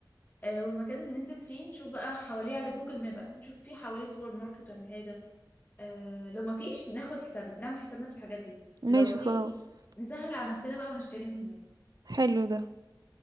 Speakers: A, on the left (about 25°); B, on the right (about 60°).
A: أه والمكان اللي ننزل فيه نشوف بقى حواليه على جوجل ماب بقى نشوف فيه حواليه سوبر ماركت ولا حاجه آه لو ما فيش ناخد حسابنا نعمل حسابنا في الحاجات دي
B: ماشي
A: لو في
B: خلاص
A: نسهل على نفسنا بقى ونشتري من هناك
B: حلو ده